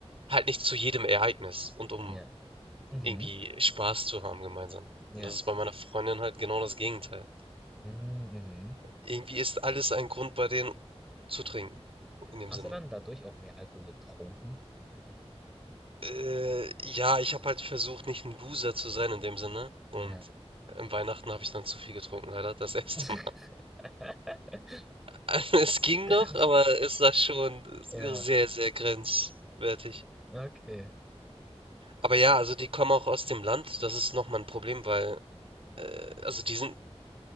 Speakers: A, on the right; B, in the centre.
A: halt nicht zu jedem Ereignis und um
B: ja, mhm,
A: irgendwie Spaß zu haben gemeinsam.
B: ja.
A: Und das ist bei meiner Freundin halt genau das Gegenteil.
B: Mhm. mhm.
A: Irgendwie ist alles ein Grund bei denen zu trinken, in dem
B: Hast
A: Sinne.
B: du dann dadurch auch mehr Alkohol getrunken?
A: Äh, ja, ich habe halt versucht, nicht ein Loser zu sein in dem Sinne. Und
B: Ja.
A: im Weihnachten habe ich dann zu viel getrunken, leider, das erste
B: <laughs>
A: Mal. <laughs> Also, Es ging
B: Dann,
A: noch, aber es war schon
B: ja,
A: sehr, sehr grenzwertig.
B: okay.
A: Aber ja, also die kommen auch aus dem Land, das ist nochmal ein Problem, weil, äh, also die sind